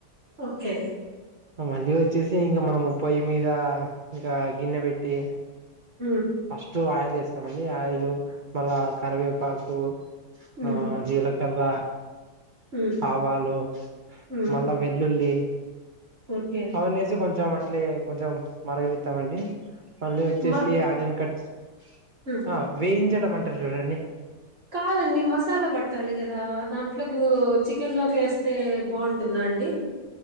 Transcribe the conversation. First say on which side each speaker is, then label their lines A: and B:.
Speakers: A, on the right (about 35°); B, on the right (about 80°).
A: ఓకే
B: మళ్ళీ వచ్చేసి ఇంకా మనం పొయ్యి మీద ఇంకా గిన్నె పెట్టి
A: హ్మ్
B: ఫస్ట్ ఆయిల్ వేస్తామండి ఆయిల్ మళ్ళా కరివేపాకు
A: హ్మ్
B: ఆ జీలకర్ర
A: హ్మ్
B: ఆవాలు
A: హ్మ్
B: మళ్ళా వెల్లుల్లి
A: ఓకే
B: అవన్నేసి కొంచెం అట్లే కొంచెం మరగనిస్తామండి మళ్ళీ వచ్చేసి
A: మ
B: ఆనియన్ కట్
A: హ్మ్
B: ఆ వేయించడం అంటరు చూడండి
A: కాదండి మసాలా పట్టాలి కదా దాంట్లోకి నువ్వు చికెన్ లోకి వేస్తే బాగుంటు టుందా అండి